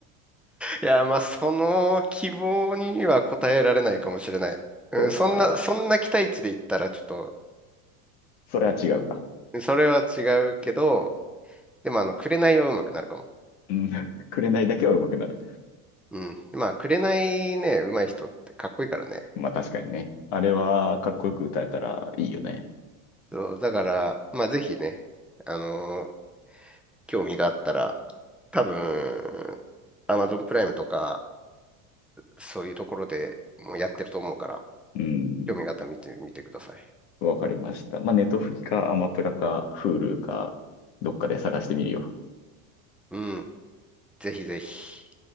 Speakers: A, in the centre; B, on the left.
A: いや、まあ、その希望には応えられないかもしれない。うん、
B: そうか。
A: そんな、そんな期待値で言ったら、ちょっと
B: それは違うか。
A: それは違うけど、でもあの、紅は上手くなるかも。
B: うん。<laughs> 紅だけは上手くなる。
A: うん。まあ、紅ね、上手い人ってかっこいいからね。
B: まあ確かにね。あれはかっこよく歌えたらいいよね。
A: そう、だから、まあ、ぜひね、あのー興味があったら、多分、Amazon プライムとか、そういうところでもうやってると思うから、
B: うん、
A: 興味があったら見てみてください。
B: わかりました。まあ、ネトフリか、アマプラか、フールか、どっかで探してみるよ。
A: うん。ぜひぜひ。